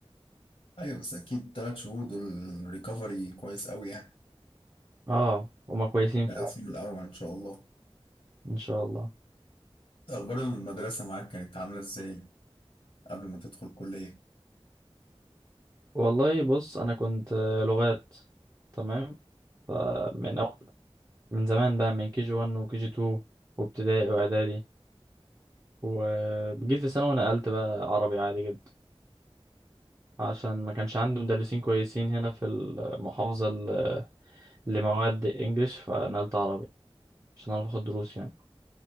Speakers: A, on the left; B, on the right.
A: ايوه بس اكيد ثلاث شهور دول ريكفري كويس قوي يعني
B: اه هما كويسين
A: ده
B: فعلا
A: احسن من الاول ان شاء الله
B: ان شاء الله
A: اخبار المدرسه معاك كانت عامله ازاي قبل ما تدخل كليه
B: والله بص انا كنت آه، لغات تمام فمن اول من زمان بقى من كي جي 1 وكي جي 2 وابتدائي واعدادي وجيت في ثانوي نقلت بقى عربي عادي جدا عشان ما كانش عندي مدرسين كويسين هنا في المحافظة ل- لمواد انجليش فنقلت عربي عشان اعرف اخد دروس يعني